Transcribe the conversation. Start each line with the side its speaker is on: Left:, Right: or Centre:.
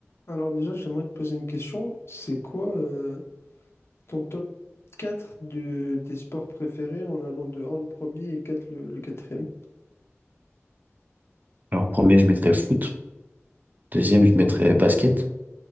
Left: Alors déjà, j'aimerais te poser une question. C'est quoi euh, ton top 4 de tes sports préférés en allant de un le premier et 4 le, le quatrième?
Right: Alors, premier, je mettrais foot. Deuxième, je
Left: Sur
Right: mettrais
Left: le foot.
Right: basket.